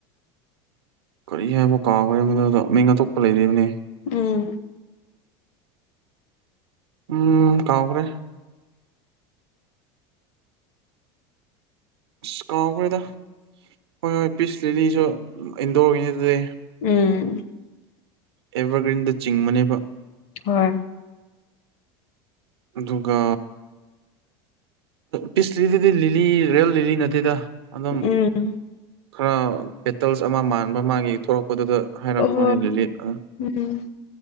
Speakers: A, on the right; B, on the left.
A: ꯀꯔꯤ ꯍꯥꯏꯕ ꯀꯥꯎꯒ꯭ꯔꯦ ꯃꯗꯨꯗꯣ ꯃꯤꯡ ꯑꯇꯣꯞꯄ ꯂꯩꯔꯤꯕꯅꯦ꯫
B: ꯎꯝ꯫
A: ꯎꯝ ꯀꯥꯎꯈ꯭ꯔꯦ ꯏꯁ ꯀꯥꯎꯒ꯭ꯔꯦꯗ ꯍꯣꯏ ꯍꯣꯏ ꯄꯤꯁ ꯂꯤꯂꯤꯁꯨ ꯏꯟꯗꯣꯔꯒꯤꯅꯤ ꯑꯗꯨꯗꯤ꯫
B: ꯎꯝ꯫
A: ꯑꯦꯕꯔꯒ꯭ꯔꯤꯟꯗ ꯆꯤꯡꯕꯅꯦꯕ
B: ꯍꯣꯏ
A: ꯑꯗꯨꯒ ꯄꯤꯁꯂꯤꯗꯨꯗꯤ ꯂꯤꯂꯤ ꯔꯤꯌꯦꯜ ꯂꯤꯂꯤ ꯅꯠꯇꯦꯗ ꯑꯗꯨꯝ
B: ꯎꯝ
A: ꯈꯔ ꯄꯦꯇꯜꯁ ꯑꯃ ꯃꯥꯟꯕ ꯃꯥꯒꯤ ꯊꯣꯛꯂꯛꯄꯗꯨꯗ꯫ ꯍꯥꯏꯔꯛꯄꯅꯤ
B: ꯑꯣꯍꯣ
A: ꯑꯗꯨꯗꯤ ꯑ
B: ꯎꯝ